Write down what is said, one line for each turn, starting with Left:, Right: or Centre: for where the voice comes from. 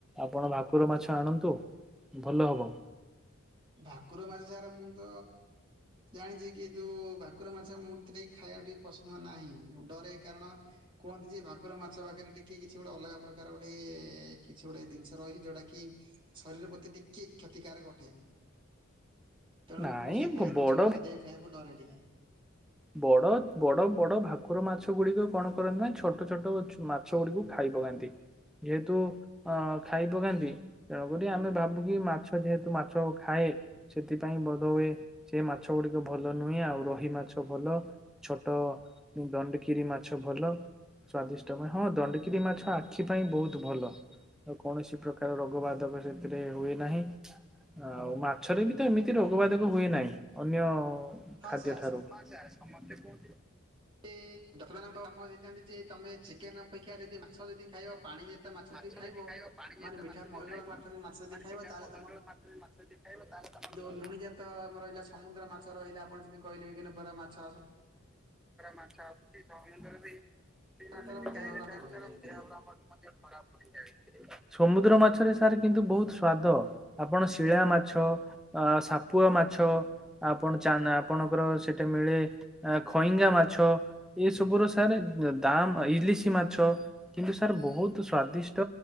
Centre: ଆପଣ ଭାକୁର ମାଛ ଆଣନ୍ତୁ ଭଲ ହବ।
Right: ଭାକୁର ମାଛ ସାର ମୁଁ ତ ଜାଣିଛି କିନ୍ତୁ ଭାକୁର ମାଛ ମୁଁ ଟ ଖାଇବାକୁ ଟିକେ ପସନ୍ଦ ନାହିଁ। ଡରେ କାରଣ କୁହନ୍ତି ଯେ ଭାକୁର ମାଛ ପାଖରେ ଟିକେ କିଛି ଗୋଟେ ଅଲଗା ପ୍ରକାର ପ୍ରକାର ଗୋଟେ କିଛି ଗୋଟେ ଜିନିଷ ରହିଛି ଯୋଉଟା କି ଶରୀର ପ୍ରତି ଟିକେ କ୍ଷତିକାରକ ଅଟେ। ତେଣୁ
Centre: ନାଇଁ
Right: ମୁଁ ସେଇ ଖାଇଆ
Centre: ବ- ବଡ
Right: ଜିନିଷକୁ ଖାଦ୍ୟକୁ ଖାଇବାକୁ ଡରେ ଟିକେ।
Centre: ବଡ଼ ବଡ ବଡ ଭାକୁ କୁର ମାଛ ଗୁଡିକ କଣ କରନ୍ତି ନା ଛୋଟ ଛୋଟ ମାଛ ଗୁଡିକୁ ଖାଇ ପକାନ୍ତି ଯେହେତୁ ଅ ଖାଇ ପକାନ୍ତି ତେଣୁକ ଆମେ ଭାବୁ କିି ମାଛ ଯେହେତୁ ମାଛ ଖାଏ ସେଥିପାଇଁ ବୋଧ ହୁଏ ସେ ମାଛ ଗୁଡିକ ଭଲ ନୁହେଁ ଆଉ ରୋହି ମାଛ ଭଲ। ଛୋଟ ଦଣ୍ଡକିରି ମାଛ ଭଲ ସ୍ଵାଦିଷ୍ଟ ପାଇଁ ହଁ ଦଣ୍ଡକିରି ମାଛ ଆଖି ପାଇଁ ବହୁତ ଭଲ। ଆ କୌଣସି ପ୍ରକାର ରୋଗ ବାଧକ ସେଥିରେ ହୁଏ ନାହିଁ। ଆଉ ମାଛରେ ବି ତ ଏମିତି ରୋଗ ବାଧକ ହୁଏ ନାହିଁ ଅନ୍ୟ
Right: ହଁ
Centre: ଖାଦ୍ୟଠାରୁ
Right: ସାର୍ ଏ ବର୍ତମାନ ଆମର କାମ ଦେଇଥାନ୍ତି ଯେ ତମେ ଚିକେନ ଅପେକ୍ଷା ଯଦି ମାଛ ଯଦି ଖାଇବା ପାଣି ଯେତେ ମାଛ
Centre: ମାଛ ଯଦି ଖାଇବ ପାଣି
Right: ମାନେ
Centre: ଏତ
Right: ମିଠା
Centre: ମାଛ ଯଦି
Right: ମରିଜଳ
Centre: ଖାଇବ
Right: ମାଛ ମାଛ ଯଦି
Centre: ମାନେ
Right: ଖାଇବ
Centre: ମିଠା
Right: ତାହେଲେ
Centre: ମଧୁର ଜଳ ମାଛ ମାଛ ଯଦି ଖାଇବା ତାହେଲେ ତମ
Right: ଲୁଣି ଜାତ ଆମର ରହିଲା ସମୁଦ୍ର ମାଛ ରହିଲା ଆପଣ ଯଦି କହିଲେ ବିଭିନ୍ନ ପ୍ରକାର ମାଛ ଆସୁ
Centre: ମାଛ ଆୁଛି ସମୁଦ୍ର ଦେଇ ସେ ମା
Right: ତାର
Centre: ଗାଈ
Right: ଦେହଭ୍ରାନ୍ତି
Centre: ଚା
Right: ରହିଯାଏ
Centre: ଦେହୁମ
Right: ଏଥିରେ।
Centre: ଖରାପ। <inaudible> ସମୁଦ୍ର ମାଛରେ ସାର୍ କିନ୍ତୁ ବହୁତ ସ୍ଵାଦ। ଆପଣ ଶିଳା ମାଛ, ସାପୁଆ ମା ମାଛ ଆପଣ ଚା ଆପଣଙ୍କର ସେଟା ମିଳେ ଖଇଙ୍ଗା ମାଛ ଇଏ ସ ସବୁର ସାର୍ ଦାମ୍ ଇଲିସି ମାଛ କିନ୍ତୁ ସାର୍ ବହୁତ୍ ସ୍ୱାଦ ଦିଷ୍ଟ